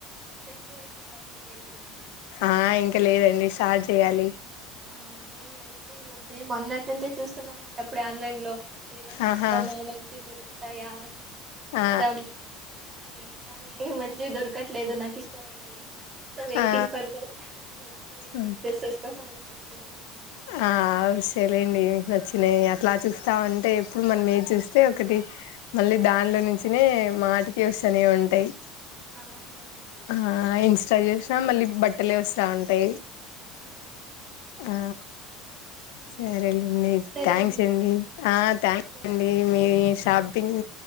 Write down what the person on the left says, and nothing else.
ఆ ఇంక లేదండి సార్జ్ యాలి
ఆహా
ఆ
ఆ
ఓకే
ఆ ఉస్సే లేండి వచ్చినాయి అట్లా చూస్తా వుంటే ఎప్పుడు మనమేది చూస్తే ఒకటి మళ్ళీ దానిలో నుంచినే మాటికి వస్ తనే ఉంటాయి
ఆ ఇన్స్ చదివేసినా మళ్ళీ బట్టలే ఏవుస్ర ఉంటే
ఆ
సరేలేండి
థ్యాంక్స్ అండి ఆ థ్యాంక్స్
అండి
మీ షాపింగ్